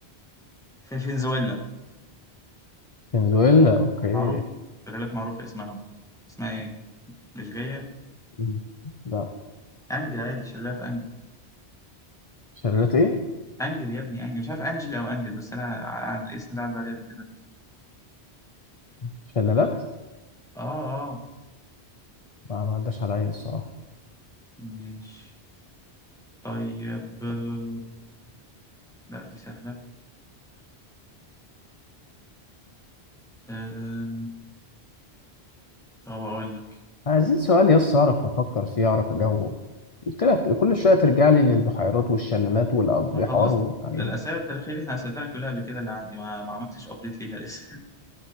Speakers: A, in the centre; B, on the left.
A: في فنزويلا
B: فنزويلا اوكي
A: معروف شلالات معروفه اسمها برضه. اسمها ايه مش جايه
B: مم. لا
A: انجل عادي شلالات انجل
B: شلالات ايه
A: انجل يا ابني انجل مش عارف انجل او انجل بس انا ع- عن الاسم ده عدى عليا قبل كده
B: شلالات
A: اه اه
B: لا، ما عداش عليا الصراحه
A: ماشي طيب آه، لا دي سهله آه. طب أقول لك
B: عايزين سؤال يس اعرف افكر فيه اعرف اجاوبه قلت لك كل شويه ترجع لي للبحيرات والشلالات والابحار
A: ما خلصت
B: والحاجات
A: الأسئلة التاريخية اللي إحنا أسئلتها لك كلها قبل كده اللي عندي ما, ما عملتش أبديت ليها لسه